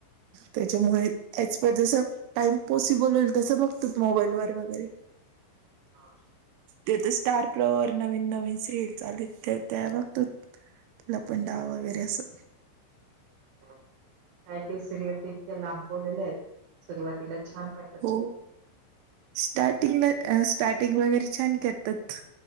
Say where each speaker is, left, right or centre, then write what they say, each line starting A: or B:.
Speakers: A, on the right; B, on the right.
A: त्याच्यामुळे ऍज पर जसा टाइम पॉसिबल होईल तसं बघतच मोबाईल वर वगैरे.
B: हा.
A: ते तर स्टार प्रवाह वर नवीन नवीन सिरियल चालुयेत त्या त्या बघतोत. लपण डाव वगैरे असं.
B: काही काही सिरियल तर इतक्या लांबवलेल्या आहेत सुरुवातीला छान वाट
A: हो स्टार्टिंगला अ स्टार्टिंग वगैरे छान करतात